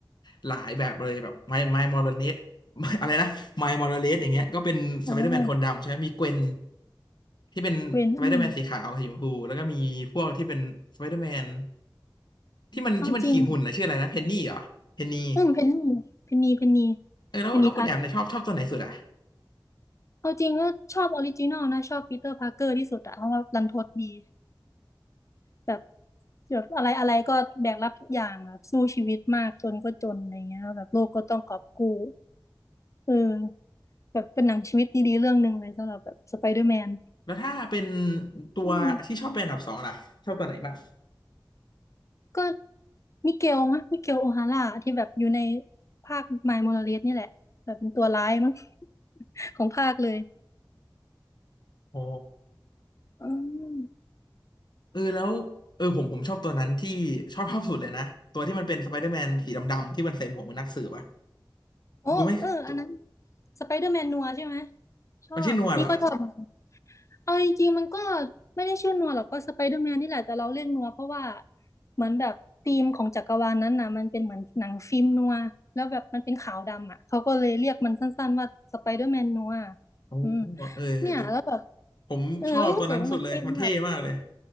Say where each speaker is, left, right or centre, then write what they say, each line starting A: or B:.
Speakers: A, on the left; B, on the left.
A: หลายแบบเลยแบบไมไมลมอร์ <laughs> เลสอะไรนะไมมอร์เลสอย่างเงี้ยก็เป็นสไปเดอร์แมนคนดำใช่ไหมมีเกวน
B: ๆอ่า
A: ที่เป็นสไปเดอร์แมนสีขาวสีชมพูแล้วก็มีพวกที่เป็นสไปเดอร์แมน
B: เกรนอืม
A: ที่มันที่มันขี่หุ่นนะชื่ออะไรนะเพนนี่เหรอเพนนี
B: เอาจริงอืมเพนนีเพนนีเพนนี
A: เออแล้วแล้วคุณแอมเนี่ยชอบชอบตัวไหนสุดอ่ะ
B: เพนนีพักเอาจริงก็ชอบออริจินอลนะชอบปีเตอร์พาร์เกอร์ที่สุดอะเพราะว่ารันทดดีแบบแบบอะไรอะไรก็แบกรับทุกอย่างแบบสู้ชีวิตมากจนก็จนอะไรเงี้ยแบบโลกก็ต้องกอบกู้ เออแบบเป็นหนังชีวิตดีๆเรื่องหนึ่งเลยสำหรับแบบสไปเดอร์แมน
A: แล้วถ้าเป็นตัวที่ชอบเป็นอันดับสองล่ะชอบตัวไหนบ้าง
B: อืมก็มิเกลมะมิเกลโอฮาร่าที่แบบอยู่ในภาคมายโมราเลสนี่แหละแบบเป็นตัวร้ายมั้ง <laughs> ของภาคเลย
A: อ๋อ
B: อืม
A: เออแล้วเออผมผมชอบตัวนั้นที่ชอบภาพสุดเลยนะตัวที่มันเป็นสไปเดอร์แมนสีดำๆที่มันใส่หมวกเหมือนนักสืบอะ
B: โอ้เอออันนั้น
A: รู้ไหมตัว
B: สไปเดอร์แมนนัวใช่ไหมชอบนี่ก็ชอบ
A: มันชื่อนัวเหรอ
B: เอาจริงๆมันก็ไม่ได้ชื่อนัวหรอกก็สไปเดอร์แมนนี่แหละแต่เราเรียกนัวเพราะว่าเหมือนแบบธีมของจักรวาลนั้นน่ะมันเป็นเหมือนหนังฟิล์มนัวแล้วแบบมันเป็นขาวดำอ่ะเขาก็เลยเรียกมันสั้นๆว่าสไปเดอร์แมนนัว
A: โอ้
B: อืม
A: เออตัว
B: เนี่ยแล้วแบบ
A: ผมชอบตัวนั้นสุดเลยมันเท่มากเลย
B: เออรู้สึกว่ามันเท่มาก